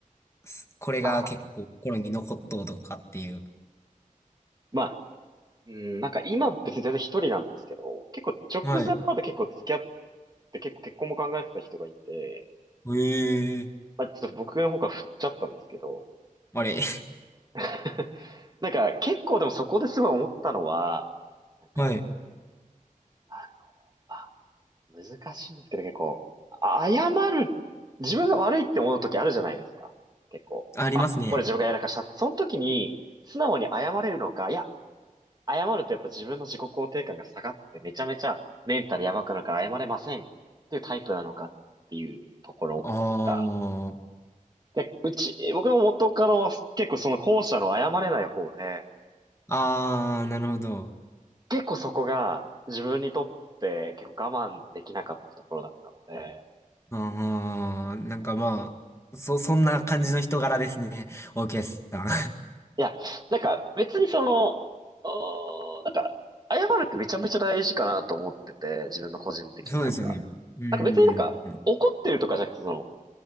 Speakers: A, on the left; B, on the right.
A: すこれが結構心に残っとうとかっていう。
B: あー、まあ、うん、なんか今別に全然一人なんですけど、結構直前まで結構付き合っ
A: はい。
B: て結構結婚も考えてた人がいて、
A: ええー
B: まあ、ちょっと僕の方から振っちゃったんですけど、
A: あれ。
B: <laughs> なんか、結構でもそこですごい思ったのは、なんか、
A: <laughs> はい。
B: あの、まあ、難しいんですけど、結構、あ謝る、自分が悪いって思う時あるじゃないですか。結構、
A: <laughs> ありますね。
B: あ、これ自分がやらかしたって。その時に、素直に謝れるのか、いや、謝るとやっぱ自分の自己肯定感が下がって、めちゃめちゃメンタルやばくなるから謝れませんっていうタイプなのかっていうところが。
A: ああ。
B: で、うち、僕も元からは結構その後者の謝れない方で、
A: ああ、なるほど。
B: 結構そこが自分にとって結構我慢できなかったところだったので、
A: ああ、なんかまあ、そ、そんな感じの人柄ですね。オー OK さん。
B: いや、なんか別にその、おーなんか、謝るってめちゃめちゃ大事かなと思ってて、自分の個人的になんか。
A: <laughs> そうですよね。うーん。
B: なんか別になんか怒ってるとかじゃなくて、その、